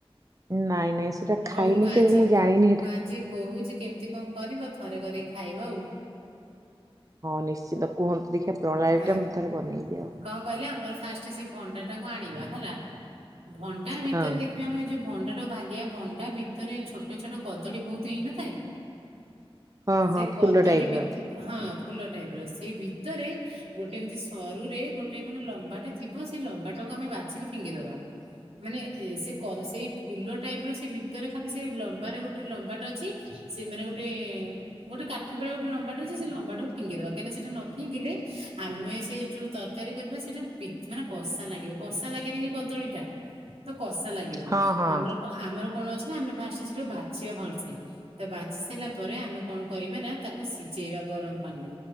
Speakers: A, on the right (about 35°); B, on the right (about 85°).
A: ନାଇଁ ନାଇଁ ସେଟା ଖାଇନି
B: ହଉ
A: କେବେ
B: ଆଜି
A: ମୁଁ ଜାଣିନି ହେଟା।
B: ମୁଁ ଆଜି କହୁଛି କେମିତି କଣ କରିବ ଥରେ କରିକି ଖାଇବା ଆଉ।
A: ହଁ ନିଶ୍ଚିନ୍ତ କୁହନ୍ତୁ ଦେଖିଆ ପ୍ରଣାଳୀ
B: ହୁଁ
A: ଟା ମୁଁ ଥରେ ବନେଇବି ଆଉ।
B: କଣ କହିଲେ ଆମର ଫାଷ୍ଟ ସେ ଭଣ୍ଡା ଟାକୁ ଆଣିବା ହେଲା ଭଣ୍ଡା ଭିତରେ
A: ହଁ।
B: ଦେଖିବା ଆମେ ଯୋଉ ଭ ଭଣ୍ଡା ଟାକୁ ଭାଙ୍ଗିବା ଭଣ୍ଡା ଭିତରେ ଛୋଟ ଛୋଟ କଦଳୀ ବହୁତ ହେଇନଥାଏ।
A: ହଁ
B: ସେ
A: ହଁ ଫୁଲ
B: କଦଳୀ
A: ଟାଇପ୍
B: ବି
A: ର
B: ହଁ। ଫୁଲ ଟାଇପ୍ ର ସେ ଭି ତରେ ଗୋଟେ ଏମିତି ସରୁ ରେ ଗୋଟେ ମାନେ ଲମ୍ବା ଥିବ ସେ ଲମ୍ବା ଟାକୁ ତମେ ବାଛିିକି ଫିଙ୍ଗି ଦବା ମାନେ ଏ ସେଇ କ ସେଇ ଫୁଲ ଟାଇପ୍ ର ସେ ଭିତରେ ଖାଲି ସେ ଲମ୍ବାରେ ଗୋଟେ ଲମ୍ବା ଅଛି ସେମାନେ ଗୋଟେ ଗୋଟେ କାଠି ଭଳିଆ ଗୋଟେ ଲମ୍ବାଟା ଅଛି ସେ ଲମ୍ବା ଟା ଫିଙ୍ଗି ଦବା କାହିଁକି ସେଟା ନ ଫିଙ୍ଗିଲେ ଆମେ ସେ ଯୋଉ ତରକାରୀ କରିବା। ସେଇଟା ପି ମାନେ କଷା ଲାଗିବ କଷା ଲାଗେନି କି କଦଳୀ ଟା ତ କଷା ଲାଗିବ
A: ହଁ ହଁ
B: ଆମର ଆମର କଣ ଅଛି ନା ଆମେ ଫାଷ୍ଟ ସେଠୁ ବାଛିବା ଭଲସେ ତ ବାଛି ସାରିଲା ପରେ ଆମେ କଣ କରିବା ନା ତାକୁ ସିଝେଇବା ଗରମ ପାଣିରେ